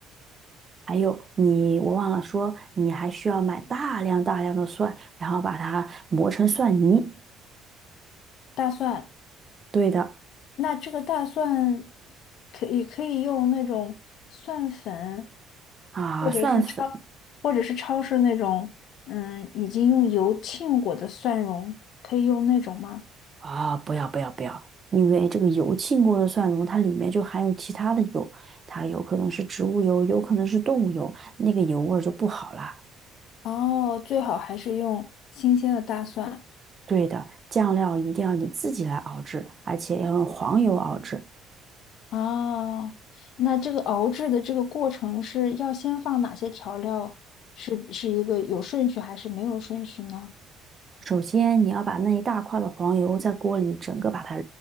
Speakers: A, on the right; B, on the left.
A: 还有你，我忘了说，你还需要买大量大量的蒜，然后把它磨成蒜泥。
B: 大蒜。
A: 对的
B: 那这个大蒜可以可以用那种蒜粉，
A: 啊，
B: 或者是超或者是超市那种，
A: 蒜粉。
B: 嗯，已经用油浸过的蒜蓉，可以用那种吗？
A: 啊，不要不要不要，因为这个油浸过的蒜蓉，它里面就含有其他的油，它有可能是植物油，有可能是动物油，那个油味儿就不好啦。
B: 哦，最好还是用新鲜的大蒜。
A: 对的，酱料一定要你自己来熬制，而且要用黄油熬制。
B: 哦，那这个熬制的这个过程是要先放哪些调料？是是一个有顺序还是没有顺序呢？
A: 首先，你要把那一大块的黄油在锅里整个把它